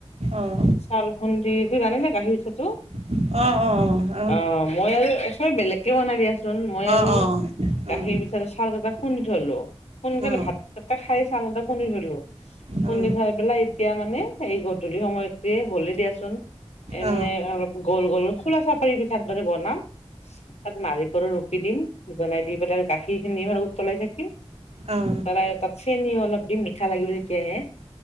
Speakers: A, on the right; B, on the left.
A: অঁ
B: চাউল খুন্দি, এইটো জানেনে গাখীৰ পিঠাটো?
A: অ', অ', অ'।
B: অ', মই আৰু <unintelligible> বেলেগকে বনাই দিয়াচোন, মই
A: অঁ
B: আৰু
A: অঁ
B: গাখীৰ
A: অঁ
B: চাউল কেইটা খুন্দি থলোঁ, সোনকালে
A: অঁ
B: ভাতকিটা খাই চাউল কেইটা খুন্দি থলোঁ। খুন্দিঠই
A: অঁ অঁ
B: পেলাই। এতিয়া মানে এই গধূলি সময়কে হলে দিয়াচোন। এনে
A: অঁ
B: অলপ গোল গোল খোলা চাপৰী পিঠাৰ দৰে বনাম। তাত নাৰিকল ৰুপি দিম। বনাই দি পেলাই গাখীৰ খিনি উতলাই থাকিম।
A: অঁ
B: তাত চেনিও অলপ দিম। মিঠা লাগিব তেতিয়াহে।